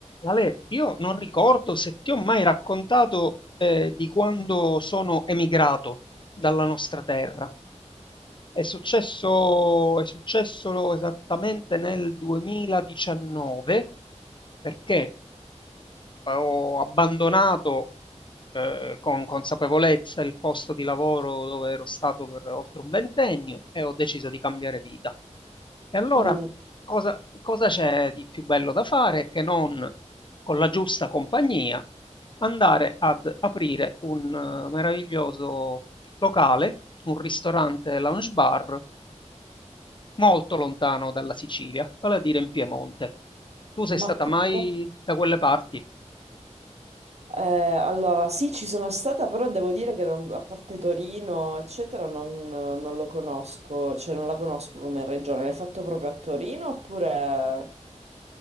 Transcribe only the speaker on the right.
Mm,
ma co-
eh, allora sì, ci sono stata, però devo dire che non- a parte Torino, eccetera, non, non lo conosco, cioè non la conosco come regione. L'hai fatto proprio a Torino oppure